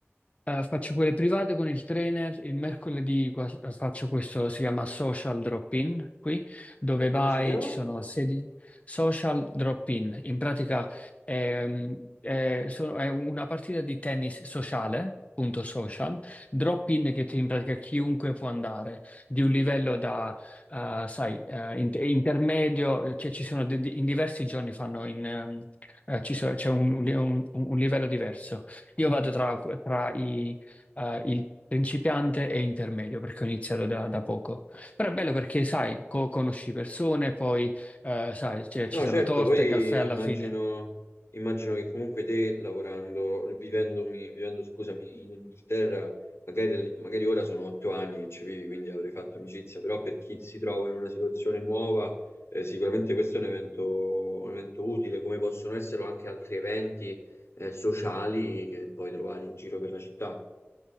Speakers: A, on the left; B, on the left.
A: Eh, faccio quelle private con il trainer, il mercoledì qua- eh, faccio questo, si chiama Social Drop-in qui, dove vai,
B: Come si chiama?
A: ci sono sedi, Social Drop-in, in pratica ehm, è, so- è una partita di tennis sociale, appunto social, drop-in che ti- in pratica chiunque può andare, di un livello da, eh, sai, eh, in- intermedio, eh, cioè ci sono de- di- in diversi giorni fanno in, ehm, eh, ci so- c'è un un- un- un livello diverso. Io vado tra, tra i, eh, il principiante e intermedio perché ho iniziato da, da poco. Però è bello perché, sai, co- conosci persone, poi, eh, sai, cioè,
B: No,
A: ci sono
B: certo,
A: torte,
B: poi
A: caffè alla
B: immagino,
A: fine.
B: immagino che comunque te lavorando, vivendomi, vivendo, scusami, in Inghilterra, magari, magari ora sono otto anni che ci vivi, quindi avrei fatto amicizia, però per chi si trova in una situazione nuova, eh, sicuramente questo è un evento, un evento utile, come possono esserlo anche altri eventi, eh, sociali che puoi trovare in giro per la città.